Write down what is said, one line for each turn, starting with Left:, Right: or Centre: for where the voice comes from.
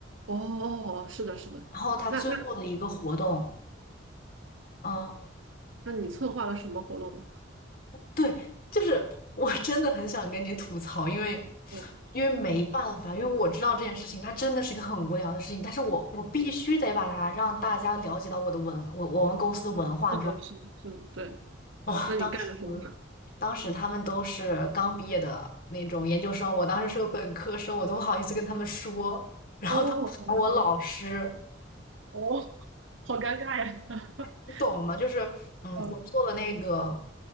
Right: 哦哦，哦是的，是的，
Left: 然后他最后的一个活动。
Right: 那那
Left: 嗯，
Right: 那你策划了什么活动呢？
Left: 对，就是我真的很想跟你吐槽，因为
Right: 哦。
Left: 因为没办法，
Right: <laughs>
Left: 因为我知道这件事情，它真的是一个很无聊的事情，但是我我必须得把它让大家了解到我的文，我我们公司的文化这种。
Right: 是的，是的，是的，对。
Left: 哇，
Right: 那你干了什么？
Left: 当时当时他们都是刚毕业的那种研究生，我当时是个本科生，我都不好意思跟他们说
Right: <laughs> 哦，好呀
Left: 我老师。
Right: 哦，好尴尬呀。<laughs>
Left: 你懂吗？就是，嗯，
Right: 嗯，
Left: 我做了那个，